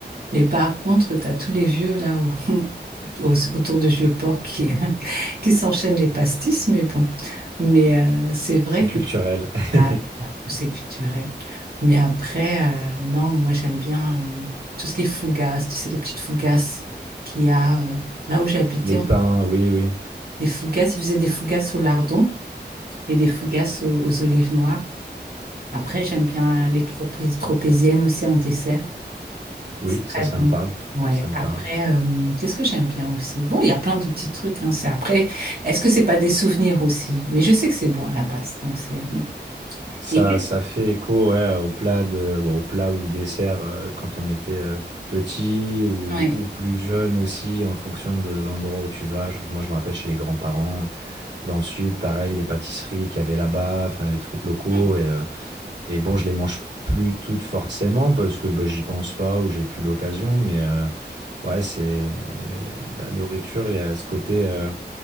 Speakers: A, on the right (about 55°); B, on the right (about 75°).
A: Mais par contre, tu as tous les vieux là au- <laughs> au- autour de vieux porcs qui, <laughs> qui s'enchaînent les pastis, mais bon. Mais euh, c'est vrai
B: C'est culturel.
A: que ah,
B: <laughs>
A: j'avoue, c'est culturel. Mais après, euh, non, moi j'aime bien euh, tout ce qui est fougasse, tu sais, les petites fougasses qu'il y a euh, là où j'habitais.
B: Les pains,
A: on-
B: oui, oui.
A: Les fougasses, ils faisaient des fougasses au lardon et des fougasses aux, aux olives noires. Après, j'aime bien les tropé- tropéziennes aussi en dessert.
B: Oui,
A: C'est très
B: ça, ça
A: bon.
B: me parle.
A: Ouais.
B: Ça me
A: Après,
B: parle.
A: euh, qu'est-ce que j'aime bien aussi? Bon, il y a plein de petits trucs, hein, c'est après. Est-ce que c'est pas des souvenirs aussi? Mais je sais que c'est bon à la base, donc c'est. mmh.
B: Ça,
A: Et qu'est-ce-
B: ça fait écho ouais, au plat de, bon, au plat ou dessert euh, quand on était euh, petit ou,
A: ouais.
B: ou plus jeune aussi, en fonction de l'endroit où tu vas. Je- moi, je me rappelle chez les grands-parents, dans le sud, pareil, les pâtisseries qu'il y avait là-bas, enfin, les trucs locaux.
A: Hum,
B: Et, euh, et bon, je les mange plus toutes forcément parce que bah, j'y pense pas ou j'ai plus l'occasion. Mais euh, ouais, c'est la nourriture, il y a ce côté. euh,